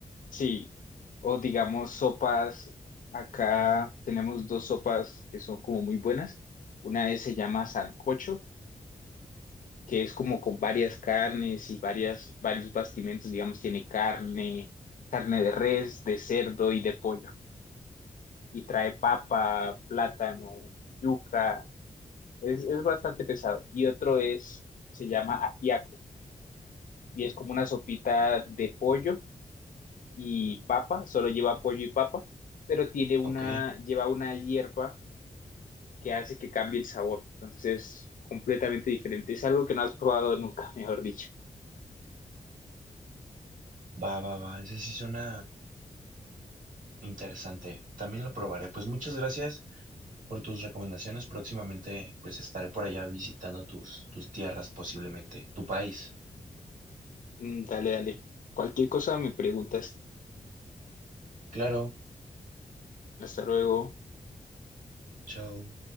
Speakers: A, on the left (about 80°); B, on the right (about 75°).
A: Sí, o digamos sopas, acá tenemos dos sopas que son como muy buenas. Una es, se llama sancocho, que es como con varias carnes y varias, varios bastimentos, digamos, tiene carne, carne de res, de cerdo y de pollo. Y trae papa, plátano, yuca, es, es bastante pesado. Y otro es, se llama ajiaco, y es como una sopita de pollo y papa, solo lleva pollo y papa, pero tiene una,
B: Ok,
A: lleva una hierba que hace que cambie el sabor. Entonces es completamente diferente. Es algo que no has probado nunca, <laughs> mejor dicho.
B: va, va, va, ese sí suena interesante. También lo probaré. Pues muchas gracias. por tus recomendaciones. Próximamente, pues estaré por allá visitando tus, tus tierras, posiblemente tu país.
A: Mm, dale, dale. Cualquier cosa me preguntas.
B: Claro,
A: Hasta luego.
B: chao.